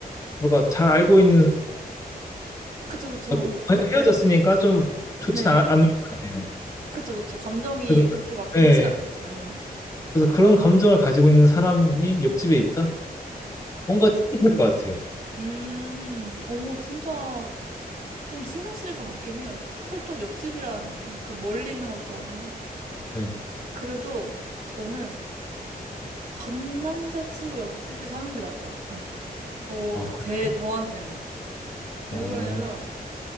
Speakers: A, on the left; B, on the right.
A: 뭐랄까 잘 알고 있는
B: 그쵸, 그쵸.
A: 어떤- 헤어졌으니까 좀 좋진
B: 네.
A: 않, 않을 것 같아요.
B: 그쵸, 그쵸. 감정이
A: 그래서,
B: 그렇게 막
A: 네.
B: 좋진 않겠죠. 예.
A: 그래서 그런 감정을 가지고 있는 사람이 옆집에 있다? 뭔가 찝찝할 것 같아요.
B: 음. 오 진짜 좀 신경 쓰일 것 같긴 해요. 하필 또 옆집이라니. 그 멀리 있는 것도 아니고.
A: 네.
B: 그래도 저는 전 남자친구 옆집에 사는 게 나을 것 같아요. 저
A: 아 그래요?
B: 제 저한테는. 왜
A: 어.
B: 그러냐면